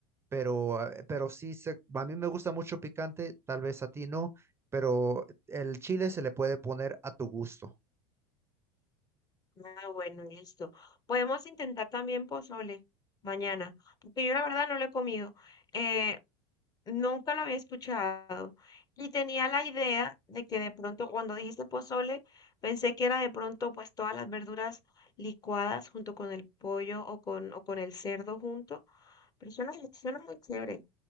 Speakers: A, on the right; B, on the left.
A: pero, ah, pero sí, se- a mí me gusta mucho picante, tal vez a ti no, pero el chile se le puede poner a tu gusto.
B: Ah, bueno, listo. Podemos intentar también pozole mañana, porque yo la verdad no lo he comido. Eh, nunca lo había escuchado. Y tenía la idea de que de pronto, cuando dijiste pozole, pensé que era de pronto pues todas las verduras licuadas junto con el pollo o con, o con el cerdo junto. Pero suena, suena muy chévere.